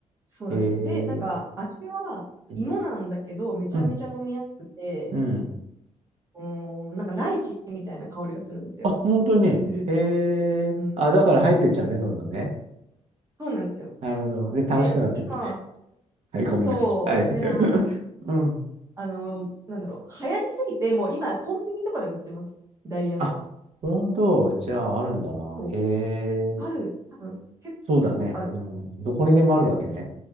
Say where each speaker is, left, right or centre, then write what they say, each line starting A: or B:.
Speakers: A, on the right (about 25°); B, on the right (about 65°).
A: そうなんですよ。
B: えー、
A: で、なんか味は芋なんだけど、
B: うん。
A: めちゃめちゃ飲みやすくて、
B: うん。うん。
A: うーん、なんかライチみたいな香りがするんですよ、
B: あ、本当に。
A: フルーツの。
B: えー、
A: うん、
B: あ、だから入ってっちゃうね、どんどんね。
A: そうなんですよ。
B: なるほど。で、楽しくなってくる。
A: で、今、
B: <laughs> はい、ごめんなさい。
A: そう、
B: はい。
A: で、あの、
B: <laughs> うん。
A: あの、なんだろう、流行りすぎて、もう今、コンビニとかでも売ってます。ダイヤメ。
B: あ、本当。じゃあ、あるんだな。
A: そう。
B: へえ
A: ある、多分、結構ある。
B: そうだね。うん。どこにでもあるわけね。
A: 売ってる。